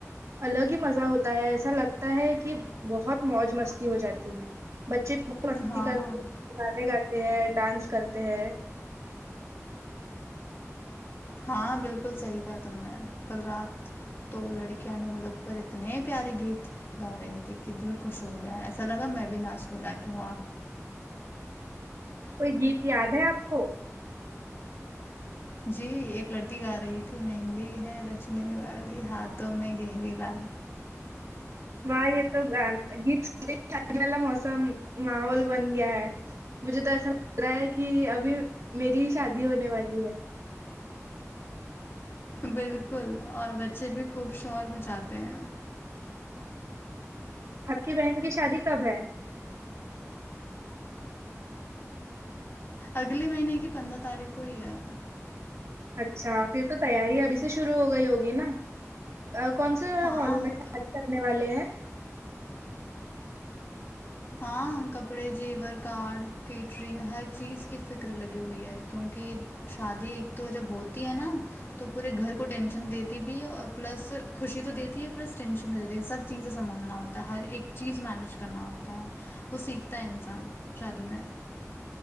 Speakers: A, on the right (about 65°); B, on the left (about 45°).
A: الگ ہی مزہ ہوتا ہے ایسا لگتا ہے کہ بہت موج مستی ہو جاتی ہے بچے بھی مستی
B: ہاں
A: کرتے
B: ہاں
A: گانے گاتے ہیں ڈانس کرتے ہیں
B: ہاں بالکل صحی کہا تم نے کل رات تو لڑکیاں ڈھولک پر اتنے پیارے گیت گا رہی تھی کہ دل خوش ہو گیا ہے ایسا لگا میں بھی ناچ لوں جا کے وہاں
A: کوئی گیت یاد ہے آپ کو
B: جی ایک لڑکی گا رہی تھی مہندی ہے رچنے والی ہاتھوں میں گہری لال
A: واہ یہ تو گان گیت س شادی والا موسم ماحول بن گیا ہے مجھے تو ایسا لگ رہا ہے کہ ابھی میری ہی شادی ہونے والی ہے
B: بالکل اور بچے بھی خوب شہور مچاتے ہیں
A: آپ کی بہن کی شادی کب ہے
B: اگلے مہینے کی پندرہ تاریخ کو ہی ہے
A: اچھا پھر تو تیاری ابھی سے شروع ہو گئی ہوگی نا کون سے
B: ہاں
A: ہال میں
B: ان
A: تاریی
B: کا
A: کرنے والے ہیں
B: ہاں کپڑے زیور کارڈ کیٹرنگ ہر چیز کی فکر لگی ہوئی ہے کیونکہ شادی ایک تو جب ہوتی ہے نا تو پورے گھر کو ٹینشن دیتی بھی ہے اور پلس خوشی تو دیتی ہے پلس ٹینشن بھی دیتی سب چیزیں سنبھالنا ہوتا ہے ہر ایک چیز مینیج کرنا ہوتا ہے وہ سیکھتا ہے انسان شادی میں